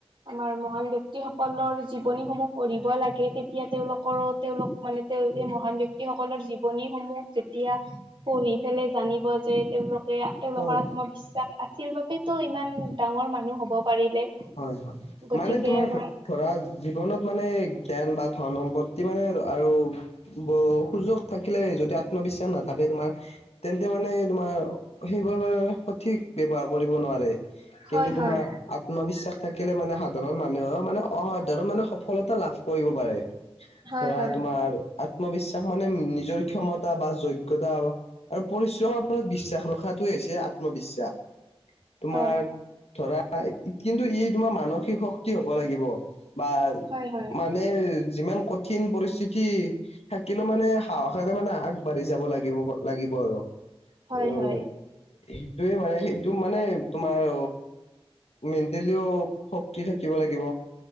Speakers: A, on the right; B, on the left.
A: আমাৰ মহান ব্যক্তি সক সকলৰ জীৱনীসমূহ পঢ়িব লাগে তেতিয়া তেওঁলোকৰো তেওঁলোক মানে তেওঁ এই মহান ব্যক্তিসকলৰ জীৱনীসমূহ যেতিয়া পঢ়ি পেলাই জানিব যে তেওঁলোক যে তেওঁলোকৰ
B: ত
A: আত্মবিশ্বাস আছিল বাবেতো ইমান ডাঙৰ মানুহ হ'ব পাৰিলে
B: হয় হয়
A: গতিকে
B: মানে তোমাৰ
A: আমাৰ
B: ক ধৰা জীৱনত মানে জ্ঞান বা ধন সম্পত্তি মানে আৰু ব সুযোগ থাকিলে যদি আত্মবিশ্বাস নাথাকে তোমাৰ তেন্তে মানে তোমাৰ সেইব সঠিক ব্যৱহাৰ কৰিব নোৱাৰে কিন্তু
A: হয়
B: তোমাৰ
A: হয়
B: আত্মবিশ্বাস থাকিলে মানে সাধাৰণ মানুহে মানে অসাধাৰণ মানে সফলতা লাভ কৰিব পাৰে
A: হয়
B: ধৰা
A: হয়
B: তোমাৰ আত্মবিশ্বাস মানে নিজৰ ক্ষমতা বা যোগ্যতা আৰু পৰিশ্ৰমৰ ওপৰত বিশ্বাস ৰখাটোৱেই হৈছে আত্মবিশ্বাস তোমাৰ
A: হয়
B: ধৰা কিন্তু ই তোমাৰ মানসিক শক্তি হ'ব লাগিব বা
A: হয় হয়
B: মানে যিমান কঠিন পৰিস্থিতি থাকিলো মানে সাহসেৰে মানে আগবাঢ়ি যাব লাগিব লাগিব আৰু অ
A: হয় হয়
B: সেইটোয়ে মানে সেইটো মানে তোমাৰ মেণ্টেলিও শক্তি থাকিব লাগিব